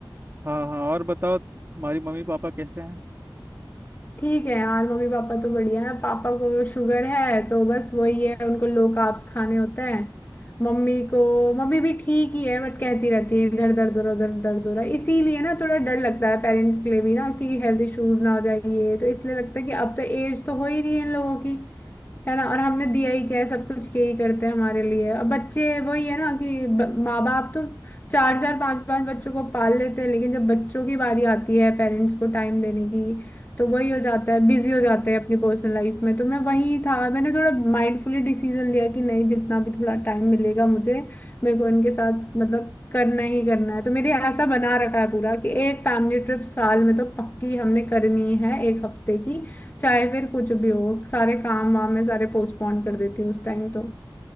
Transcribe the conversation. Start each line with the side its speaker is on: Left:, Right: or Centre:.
Right: हाँ हाँ और बताओ तुम्हारी मम्मी पापा कैसे हैं
Left: ठीक है यार मम्मी पापा तो बढ़िया है पापा को शुगर है तो बस वही है उनको लो कार्ब्स खाने होते हैं मम्मी को मम्मी भी ठीक ही है बट कहती रहती है इधर दर्द हो रहा उधर दर्द हो रहा इसीलिए ना थोड़ा डर लगता है पेरेंट्स के लिए भी ना कि हेल्थ इश्यूज ना हो जाए ये तो इसलिए लगता है कि अब तो एज तो हो ही रही है इन लोगों की है ना और हमने दिया ही क्या है सब कुछ यही करते हैं हमारे लिए अब बच्चे वही है ना कि ब- माँ बाप तो चार चार पांच पांच बच्चों को पाल लेते हैं लेकिन जब बच्चों की बारी आती है पेरेंट्स को टाइम देने की तो वही हो जाता है बिजी हो जाते हैं अपनी पर्सनल लाइफ में तो मैं वही था मैंने थोड़ा माइंडफुली डिसीजन लिया कि नहीं जितना भी थोड़ा टाइम मिलेगा मुझे मेरे को इनके साथ मतलब करना ही करना है तो मेरे ऐसा बना रखा है पूरा कि एक फैमिली ट्रिप साल में तो पक्की हमने करनी है एक हफ्ते की चाहे फिर कुछ भी हो सारे काम वाम मैं सारे पोस्टपोन कर देती हूँ उस टाइम तो